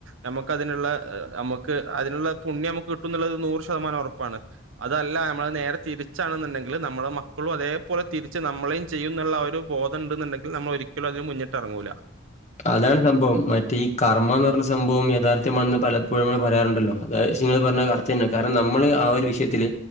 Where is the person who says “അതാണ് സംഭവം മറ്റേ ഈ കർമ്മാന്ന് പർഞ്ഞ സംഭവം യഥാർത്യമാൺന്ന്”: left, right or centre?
Left